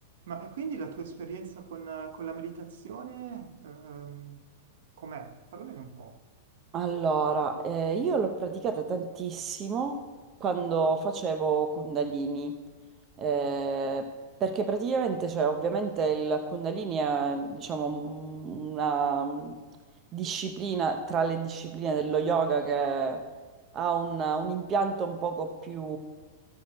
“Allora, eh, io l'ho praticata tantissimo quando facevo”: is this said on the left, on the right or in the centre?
Right